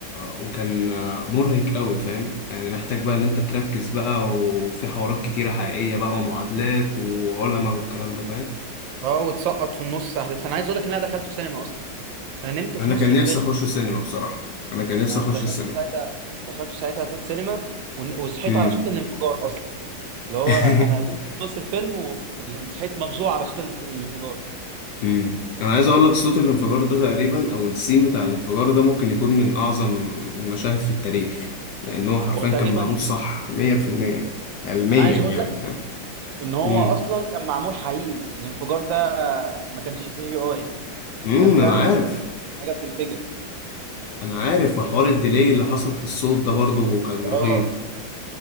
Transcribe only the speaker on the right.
اه وتسقط في النص احداث انا عايز اقول لك ان انا دخلته سينما اصلا انا نمت في
نص
الفيلم
انا
دخلت
ساعتها دخلت ساعتها في السينما ون- وصحيت
على صوت الانفجار اصلا اللي هو
انا نمت في نص الفيلم وصحيت مفزوع على صوت الانف- الانفجار
هو تقريبا
انا عايز اقول
لك
ان هو
اصلا كان معمول حقيقي الانفجار ده ما كانش سي جي اي
كان فعلا
حاجه حاجه بتنفجر
اه